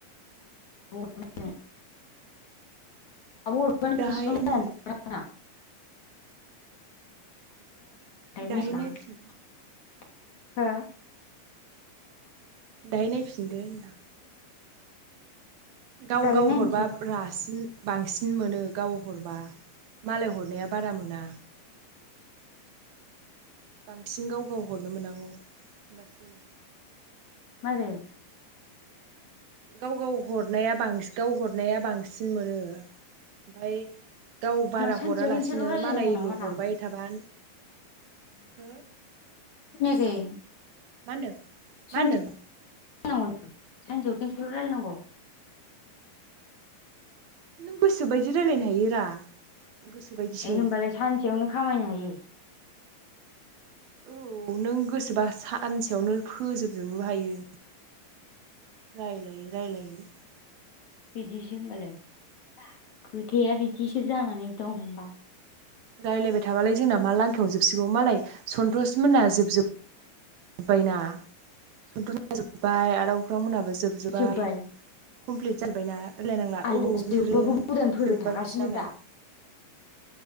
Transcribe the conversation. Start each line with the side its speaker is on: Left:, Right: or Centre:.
Left: <unintelligible> आब' <unintelligible> ओनफाय दा
Right: दाहाय
Left: बिसिबां जाखोथाय
Right: नाय दाहाय
Left: मोनथिला
Right: नायफिनदो
Left: हां <unintelligible> हो
Right: दायो नायफिनदो होनदां गाव
Left: दायो
Right: गाव
Left: नायनोसै
Right: हरबा रासिन बांसिन मोनो गाव हरबा मालाय हरनाया बारा मोना। बांसिन गाव गाव हरनो मोननांगौ होमबासो जायो।
Left: मारै?
Right: गाव गाव हरनाया बांसिन गाव हरनाया बांसिन मोनो ओमफ्राय गाव बारा
Left: मा सानसेयाव
Right: हरालासिनो
Left: खनसेल' रायलायनांगौ
Right: मालायल'
Left: नामा रा
Right: हरबाय थाबा हो
Left: खोनायाखै।
Right: माहन्दों
Left: सानसे
Right: माहन्दों?
Left: रायलायनांगौ सानसेयाव खनसेल' रायलाय नाङौ
Right: नों गोसोबायदि रायलायनो हायो रा गोसोबायदिसो
Left: ए होनबालाय सानसेयावनो खामायनो हायो
Right: औ नों गोसोबा सानसेयावनो फोजोबजोबनो हायो रायलायै रायलायै
Left: बिदिसै होनोमबालाय <inaudible> खोथाया बिदिसो जानानै दं होनबा
Right: रायज्लायबाय थाबालाय जोंना मा लांखायावनो जोबसिगौ मालाय सन्तस मोना जोबजो जोब्बायना सन्थ'समोनना जोब्बाय आदा अख्रां मोनहाबो जोबजोब्बाय
Left: जोब्बाय
Right: कमप्लिट जाजोबायना <inaudible> राय्लायनांला
Left: आइया
Right: औ
Left: जोबाबो
Right: बिसोरो
Left: गोदान फैबाय
Right: जोबाय
Left: थागासिनोब्रा
Right: बिसिना मालाय <inaudible>